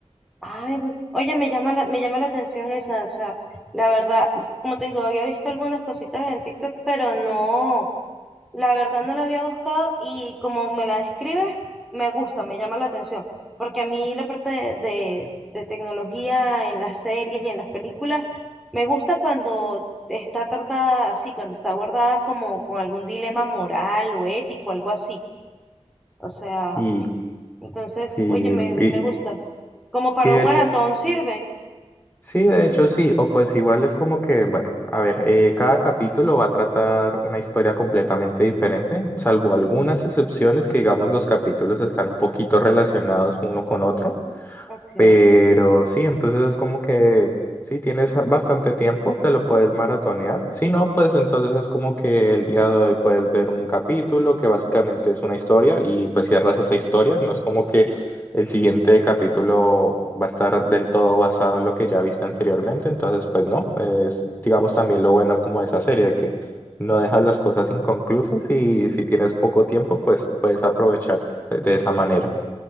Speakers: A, in the centre; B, on the left.
A: ay, oye, me llama la, me llama la atención esa, o sea, la verdad, como te digo, había visto algunas cositas en TikTok, pero no. La verdad no la había buscado y como me la describes, me gusta, me llama la atención, porque a mí la parte de, de- de tecnología en las series y en las películas me gusta cuando está tratada así, cuando está abordada como con algún dilema moral o ético, algo así. O sea,
B: y
A: entonces,
B: sí,
A: oye, me,
B: y,
A: me gusta. Como para
B: y de
A: un
B: hecho,
A: maratón sirve.
B: Sí, de hecho sí, o pues igual es como que, bueno, a ver, eh, cada capítulo va a tratar una historia completamente diferente, salvo algunas excepciones que digamos los capítulos están un poquito relacionados uno con otro.
A: Ok.
B: Pero sí, entonces es como que si tienes bastante tiempo, te lo puedes maratonear. Si no, pues entonces es como que el día de hoy puedes ver un capítulo que básicamente es una historia y pues cierras esa historia. No es como que el siguiente capítulo va a estar del todo basado en lo que ya viste anteriormente. Entonces, pues no, es digamos también lo bueno como de esa serie, de que no dejas las cosas inconclusas y si tienes poco tiempo, pues puedes aprovechar de esa manera.